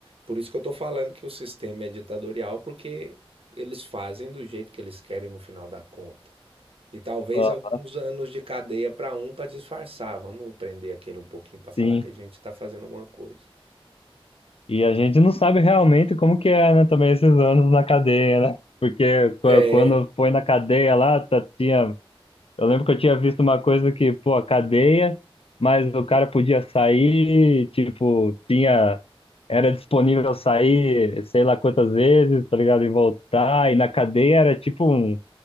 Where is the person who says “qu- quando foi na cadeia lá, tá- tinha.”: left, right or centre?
Left